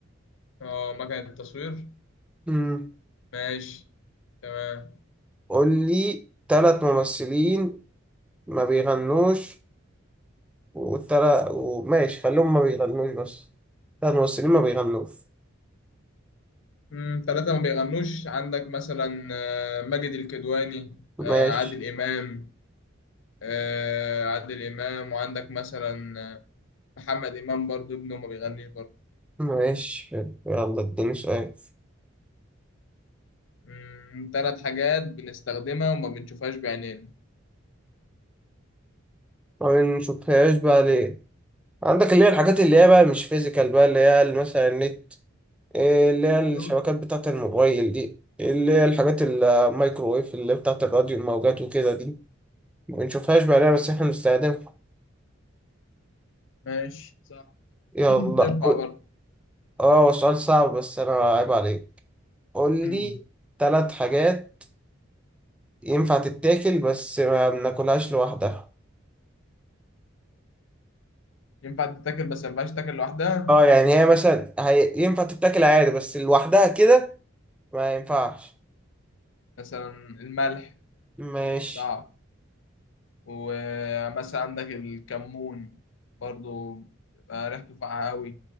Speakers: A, on the left; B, in the centre.
A: اه مكنة التصوير
B: مم.
A: ماشي تمام
B: قول لي تلات ممثلين ما بيغنوش والتلا وماشي خليهم ما بيغنوش بس ثلاث ممثلين ما بيغنوش
A: مم، ثلاثة ما بيغنوش عندك مثلا آه، ماجد الكدواني آه،
B: ماشي
A: عادل إمام آه، عادل إمام وعندك مثلا آه، محمد إمام برضو ابنه ما بيغنيش برضو
B: ماشي حلو. يلا اديني سؤال
A: مم، ثلاث حاجات بنستخدمها وما بنشوفهاش بعينينا
B: ما بنشوفهاش بقى ليه عندك اللي هي الحاجات اللي هي بقى مش فيزيكال بقى اللي هي ال- مثلا النت إيه اللي هي
A: ايوه
B: الشبكات بتاعة الموبايل دي اللي هي الحاجات الميكروويف اللي بتاعة الراديو الموجات وكده دي ما بنشوفهاش بقى ليه بس احنا بنستخدمها
A: ماشي صح
B: يلا
A: <clears throat> تنفع
B: قول-
A: برضو
B: اه هو سؤال صعب بس انا عيب عليك قول
A: <clears throat>
B: لي ثلاث حاجات ينفع تتاكل بس ما بناكلهاش لوحدها
A: ينفع تتاكل بس ما ينفعش تاكل لوحدها
B: اه يعني هي مثلا هي... ينفع تتاكل عادي بس لوحدها كده ما ينفعش
A: مثلا الملح
B: ماشي
A: صعب ومثلا عندك الكمون برضو بيبقى ريحته فاقعة قوي